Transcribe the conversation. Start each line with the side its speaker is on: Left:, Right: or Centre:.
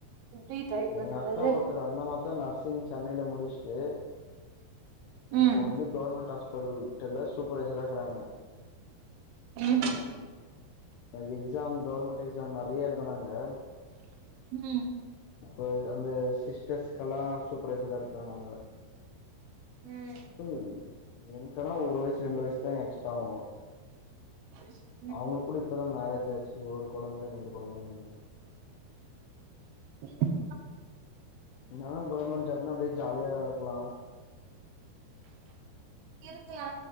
Right: எப்டி ட்ரை பண்றது
Left: எங்க அக்கா ஒருத்தரு அந்தமார்தா நர்சிங் சென்னைல முடுச்ட்டு
Right: ம்
Left: இப்பொ வந்து கவர்மெண்ட் ஹாஸ்டல்பிடல்ல சூப்பர்வைசரா இர்க்கறாங்க
Right: ம்
Left: அன எக்ஜாம் கவர்மெண்ட் எக்ஜாம் நெறையா எழுதுனாங்க
Right: ம்
Left: இப்ப அந்த சிஸ்டர்ஸ்கல்லா சூப்பர்வைசரா இருக்குறாங்க அவுங்க
Right: ம்
Left: இப்பை என்கனா ஒரு வயசு ரெண்டு வயசு தா எக்ஸ்ட்ராவு
Right: <inaudible>
Left: அவுங்களுக் கூட இப்போ தா மேரேஜ் ஆச்சு ஒரு கொழந்த ரெண்டு கொழந்தெங்கங்க
Right: <unintelligible>
Left: என்னன்னா கவர்மெண்ட் ஜாப்னா அப்ட்யே ஜாலியா இருக்லா
Right: இருக்கலா